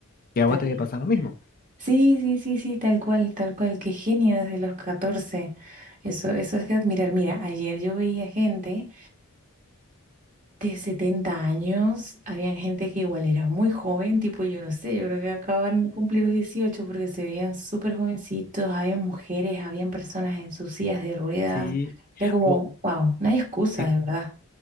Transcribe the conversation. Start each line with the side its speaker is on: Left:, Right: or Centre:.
Left: Que a
Right: tal
Left: vos te debe pasar lo mismo.
Right: Sí, sí, sí, sí, tal cual, tal cual. Qué genio desde los 14. Eso, eso es de admirar. Mira, ayer yo veía gente de 70 años, había gente que igual era muy joven, tipo yo no sé, yo creo que acaban de cumplir los 18, porque se veían súper jovencitos, había mujeres, habían personas en sus sillas de ruedas.
Left: Sí.
Right: Era como,
Left: Vos-
Right: wow, no hay excusa,
Left: te,
Right: de verdad.